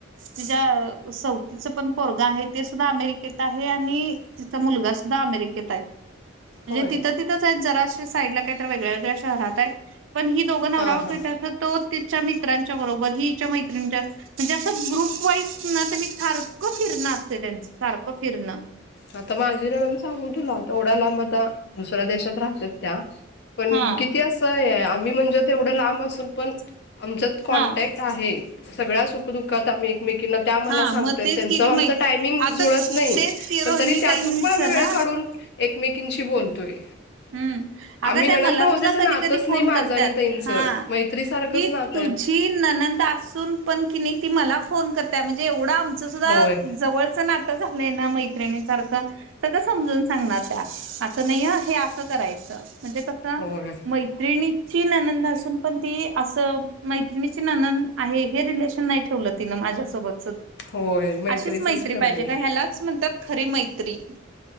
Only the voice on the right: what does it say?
तिच्या सौव तिचं पण पोरगं आहे ते सुद्धा अमेरिकेत आहे आणि तिचा मुलगा सुद्धा अमेरिकेत हाय. म्हणजे
तिथं तिथंच आहेत, जराश्या साईडला काही तर वेगळ्या वेगळ्या शहरात आहेत. पण ही दोघं नवरा
बायको
येतात तो तिच्या मित्रांच्या बरोबर ही हिच्या मैत्रीणी म्हणजे असं ग्रुप वाईस ना तेनी सारखं फिरणं असतय, त्यांचसारखं किरणं.
हा
हा
हा
मग तेच
कि
ती मै
आता
तेच
की रोहिणी
ताईंचं
ना
हम्म. अगं
त्या
मला
सुद्धा कधी
कधी फोन
करतात
हा
ती
तुझी नणंद असून पण किनई ती मला फोन करत्या म्हणजे, एवढं आमचं सुध्दा
जवळ नात झालंय ना मैत्रिणी सारखं सगळं समजून सांगणार त्या, असं नाहीशी हा हे असं करायच म्हणजे क
त्रिणीकची ननंद असून पण ती असं मैत्रिणीची ननंद आहे हे रिलेशन नाही ठेवलं तिनं माझ्या सोबतच
अशीच मैत्री
पाहिजे गं ह्यालाच म्हणतात खरी मैत्री.